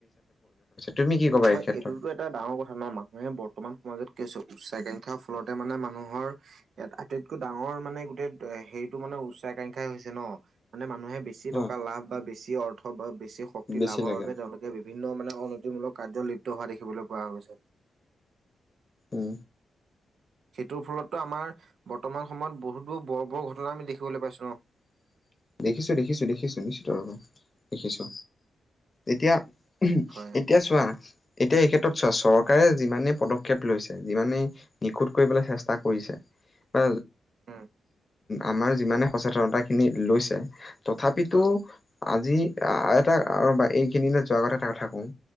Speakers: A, on the left; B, on the right.
A: তুমি কি ক'বা
B: হয়,
A: এই ক্ষেত্ৰত
B: এইটোতো এটা ডাঙৰ কথা ন মানুহে বৰ্তমান মাজত কি উচ্চাকাংক্ষা ফলতে মানে মানুহৰ এ, আটাইতকৈ ডাঙৰ মানে গোটেই হেৰি এইটো মানে উচ্চ আকাংক্ষাই হৈছে ন মানে মানুহে বেছি
A: হা
B: টকা লাভ বা বেছি অৰ্থ বা বেছি শক্তি
A: বেছি
B: লাভৰ
A: লাগে
B: বাবে তেওঁলোকে বিভিন্ন মানে মূলক কাৰ্য লিপ্ত হোৱা দেখিবলৈ পোৱা গৈছে <inaudible>
A: অ'।
B: সেইটোৰ ফলতো আমাৰ বৰ্তমান সময়ত বহুতোৰ বৰ, বৰ ঘটনা আমি দেখিবলৈ পাইছো ন।
A: <unintelligible> দেখিছো, দেখিছো, দেখিছো নিশ্চ ৰব দেখিছো এতিয়া
B: হয়
A: এতিয়া চোৱা? এতিয়া এই ক্ষেত্ৰত চোৱা চৰকাৰে যিমানেই পদক্ষেপ লৈছে যিমানেই নিখুধ কৰিবলৈ চেষ্টা কৰিছে। বা
B: উম
A: আমাৰ যিমানে সচেতনতা খিনি লৈছে। তথাপিতো
B: হয়
A: আজি এটা এইখিনি না যোৱাৰ আগতে এটা কথা কওঁ